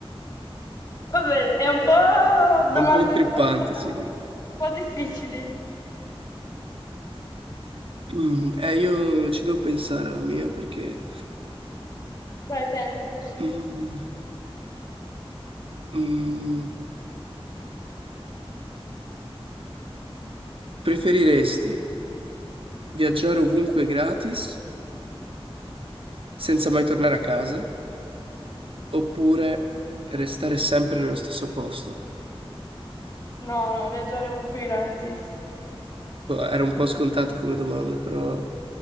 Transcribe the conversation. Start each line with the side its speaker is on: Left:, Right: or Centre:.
Left: Vabbè, è un po' domande
Right: È un po' intrippante,
Left: un po' strane,
Right: sì.
Left: un po' difficili.
Right: Mm, Eh, io ci devo pensare alla mia perché
Left: Dai, pensaci.
Right: Mm, mm, preferiresti viaggiare ovunque gratis senza mai tornare a casa oppure restare sempre nello stesso posto?
Left: No, no, viaggiare ovunque gratis.
Right: Boh, era un po' scontata come domanda, però...